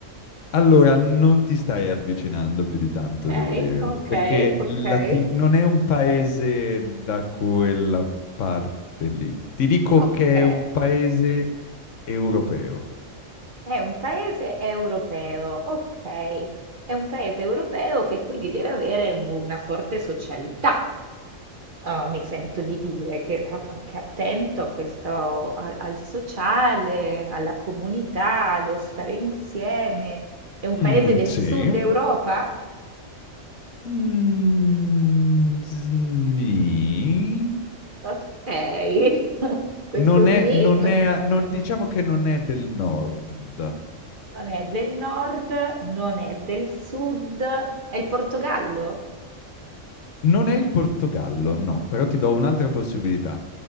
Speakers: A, on the left (about 70°); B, on the right (about 45°).
A: Allora, non ti stai avvicinando più di tanto,
B: Ok,
A: devo dire,
B: ok,
A: perché la
B: ok,
A: Ti- non è un paese da quella parte lì. Ti dico
B: ok.
A: che è un paese europeo.
B: È un paese europeo, ok. È un paese europeo che quindi deve avere un- una forte socialità. Ah, mi sento di dire che a- anche attento a questo, a- al sociale, alla comunità, allo stare insieme. È un paese
A: Mm,
B: del
A: sì.
B: sud Europa?
A: Mm, sni.
B: Ok. <laughs> Questo
A: Non
B: SMI
A: è, non
B: n-
A: è, non- diciamo che non è del nord.
B: non è del nord, non è del sud, è il Portogallo?
A: Non è il Portogallo, no, però ti do un'altra possibilità.